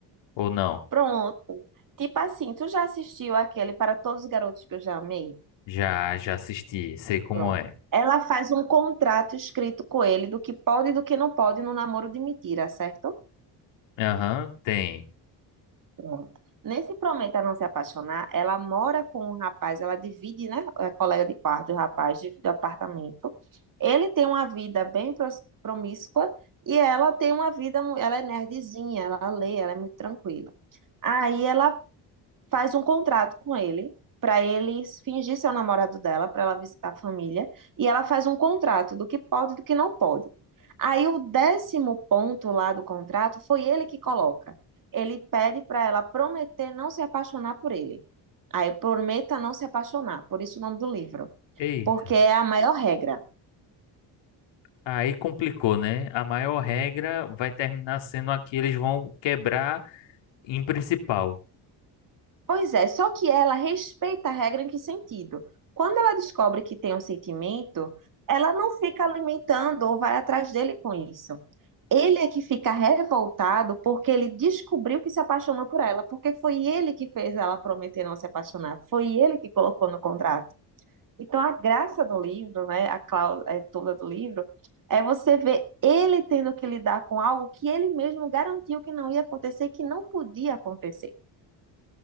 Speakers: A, on the left; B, on the right.
A: Ou não?
B: Pronto. Tipo assim, tu já assistiu aquele Para Todos os Garotos que eu já amei?
A: Já, já assisti, sei como
B: Pronto.
A: é.
B: Ela faz um contrato escrito com ele do que pode e do que não pode no namoro de mentira, certo?
A: Aham, tem.
B: Pronto. Nesse Prometa Não Se Apaixonar, ela mora com um rapaz, ela divide, né? É colega de quarto, o rapaz divide o apartamento. Ele tem uma vida bem pros- promíscua e ela tem uma vida, mu- ela é nerdzinha, ela lê, ela é muito tranquila. Aí ela faz um contrato com ele para ele fingir ser o namorado dela, para ela visitar a família, e ela faz um contrato do que pode e do que não pode. Aí o décimo ponto lá do contrato foi ele que coloca. Ele pede para ela prometer não se apaixonar por ele. Aí prometa não se apaixonar, por isso o nome do livro,
A: Eita,
B: porque é a maior regra.
A: aí complicou, né? A maior regra vai terminar sendo a que eles vão quebrar em principal.
B: Pois é, só que ela respeita a regra em que sentido? Quando ela descobre que tem um sentimento, ela não fica alimentando ou vai atrás dele com isso. Ele é que fica revoltado porque ele descobriu que se apaixonou por ela, porque foi ele que fez ela prometer não se apaixonar, foi ele que colocou no contrato. Então, a graça do livro, né, a cláusula é, toda do livro, é você ver ele tendo que lidar com algo que ele mesmo garantiu que não ia acontecer, e que não podia acontecer.